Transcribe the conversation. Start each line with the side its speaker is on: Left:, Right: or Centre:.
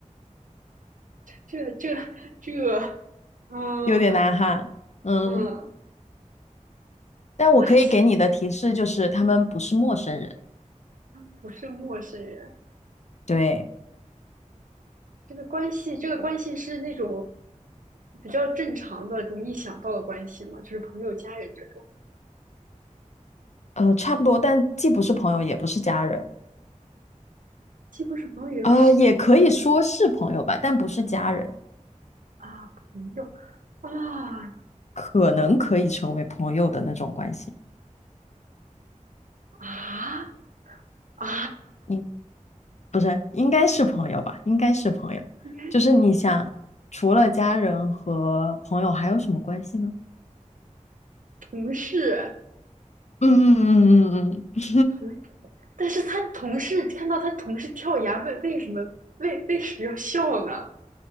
Right: 这这这，嗯
Left: 有点难哈。嗯，
Right: 嗯，
Left: 但我可以给你的提示就是，
Right: 关系
Left: 他们不是陌生人。
Right: 不是陌生人，
Left: 对，
Right: 这个关系，这个关系是那种比较正常的、容易想到的关系嘛，就是朋友、家人这种，
Left: 呃，差不多，但既不是朋友，也不是家人。
Right: 既不是朋友，也不是
Left: 呃，也可以说是朋友吧，但不是家人，
Right: 啊，朋友啊
Left: 可能可以成为朋友的那种关系。
Right: 啊啊，
Left: 你不是，应该是朋友吧？应该是朋友。
Right: 应该
Left: 就是你想，除了家人和朋友，还有什么关系呢？
Right: 同事
Left: 嗯嗯嗯嗯嗯，
Right: 同，但是他同事看到他同事跳崖，为为什么为为什么要笑呢？